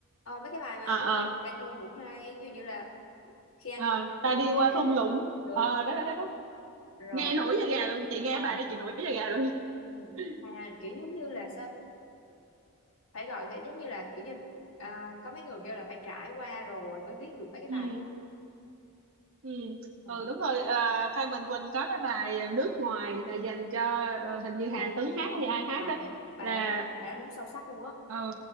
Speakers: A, on the left; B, on the right.
A: Ờ, mấy cái bài mà
B: ờ ờ
A: viết về Bùi Lan Hương cũng hay ví dụ như là khi anh
B: ờ,
A: đi qua thung
B: ta
A: lũng
B: đi qua
A: nè
B: thung lũng
A: đúng
B: ờ đó đó đó, đó.
A: rồi
B: nghe nổi da gà luôn chị nghe
A: ờ,
B: bài đó chị nổi da gà luôn
A: ừ.
B: <laughs>
A: à, kiểu giống như là sao phải gọi vậy giống như là kiểu như à, có mấy người kêu là phải trải qua rồi mới viết được mấy cái
B: ừ.
A: bài đó
B: Ừ.
A: Ờ,
B: ừ đúng rồi à, Phan Mạnh Quỳnh có cái bài ờ, nước ngoài là dành cho ờ, hình như
A: ờ,
B: Hàn Tấn hát
A: thôi,
B: hay ai hát
A: bài
B: đó
A: bài
B: là
A: đó bài đó đúng sâu sắc luôn á
B: ờ,